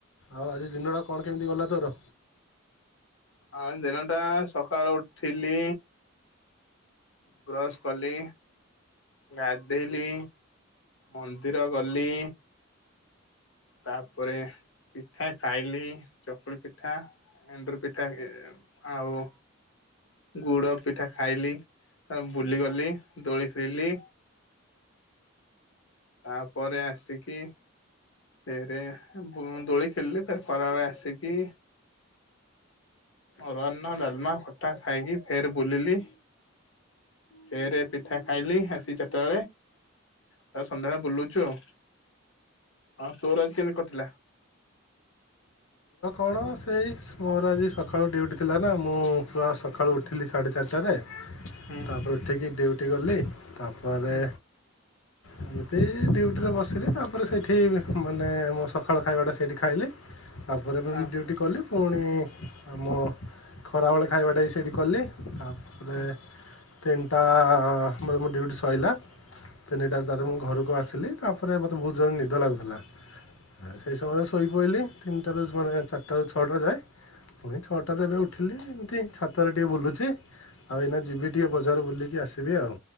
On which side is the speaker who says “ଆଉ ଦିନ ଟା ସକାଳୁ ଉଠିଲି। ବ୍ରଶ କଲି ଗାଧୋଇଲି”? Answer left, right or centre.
Left